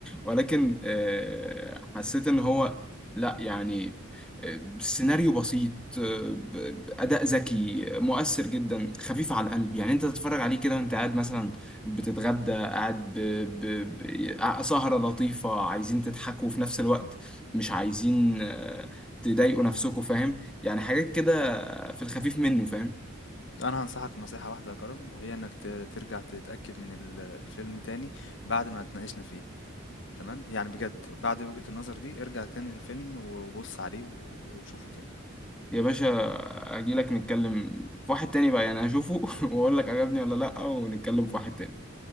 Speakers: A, in the centre; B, on the left.
A: ولكن آه، حسيت ان هو لا يعني آه، سيناريو بسيط آه، ب- ب- اداء ذكي آه، مؤثر جدا خفيف على القلب يعني انت تتفرج عليه كده وانت قاعد مثلا بتتغدى قاعد ب... ب... ب... آه، سهرة لطيفة عايزين تضحكوا في نفس الوقت مش عايزين آه، تضايقوا نفسكوا فاهم يعني حاجات كده في الخفيف منه فاهم
B: انا هنصحك نصيحة واحدة يا كرم وهي انك ت- ترجع تتأكد من ال- الفيلم تاني بعد ما اتناقشنا فيه تمام يعني بجد بعد وجهة النظر دي ارجع تاني للفيلم وبص عليه و- وشوفه تاني
A: يا باشا هجي لك نتكلم في واحد تاني بقى يعني اشوفه <laughs> واقول لك عجبني ولا لا ونتكلم في واحد تاني